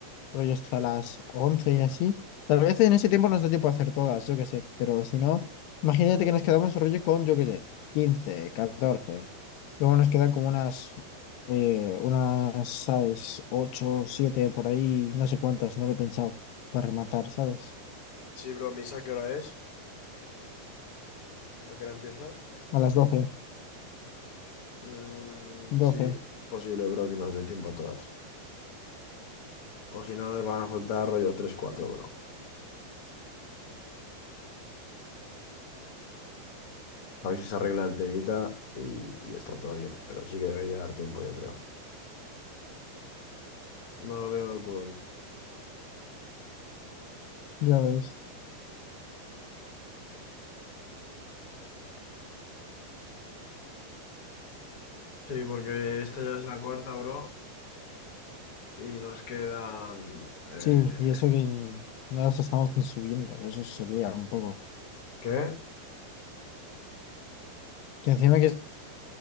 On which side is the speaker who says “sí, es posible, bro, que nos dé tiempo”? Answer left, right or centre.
Left